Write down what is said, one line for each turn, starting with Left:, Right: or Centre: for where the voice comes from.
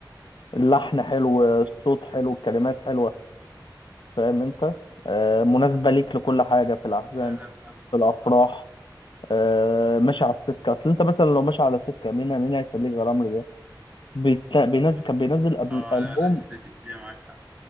Left: اللحن حلو الصوت حلو الكلمات حلوه فاهم انت آه، مناسبه ليك لكل حاجه في الاحزان
Right: لا لا فاهمك
Left: في الافراح آه، ماشي على السكه اصل انت مثلا لو ماشي على سكه مين مين هيسليك غير عمرو دياب بيت- بينزل كان بينزل قبل
Right: اه
Left: ألبوم
Right: لا لا <laughs> دي, دي معاك حق